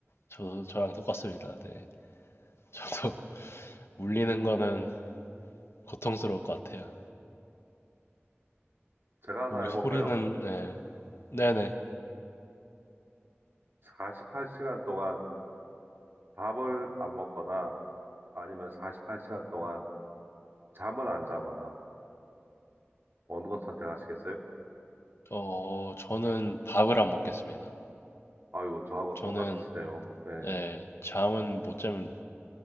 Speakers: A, on the left (about 65°); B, on the right (about 50°).
A: 저, 저랑 똑같습니다. 네. 저도 <laughs> 물리는 거는 고통스러울 것 같아요.
B: 제가 하나
A: 오기
B: 해볼까요?
A: 소리는, 네. 네네.
B: 48시간 동안 밥을 안 먹거나 아니면 48시간 동안 잠을 안 자거나 어느 것 선택하시겠어요?
A: 어, 저는 밥을 안 먹겠습니다.
B: 아유, 저하고
A: 저는,
B: 똑같으시네요. 예.
A: 네, 잠은 못 자면